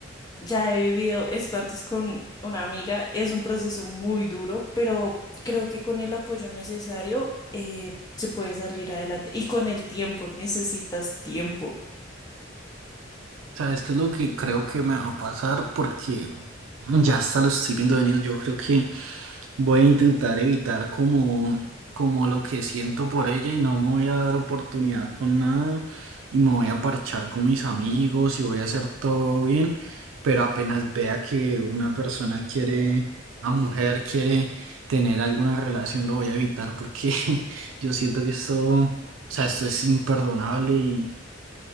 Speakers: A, on the left; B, on the right.
A: ya he vivido esto antes con una amiga. Es un proceso muy duro, pero creo que con el apoyo necesario eh, se puede salir adelante. Y con el tiempo, necesitas tiempo.
B: sea, es que es lo que creo que me va a pasar porque ya hasta lo estoy viendo venir. Yo creo que Voy a intentar evitar como, como lo que siento por ella y no me voy a dar oportunidad con nada y me voy a parchar con mis amigos y voy a hacer todo bien, pero apenas vea que una persona quiere, una mujer quiere tener alguna relación, lo voy a evitar porque <laughs> yo siento que esto, o sea, esto es imperdonable y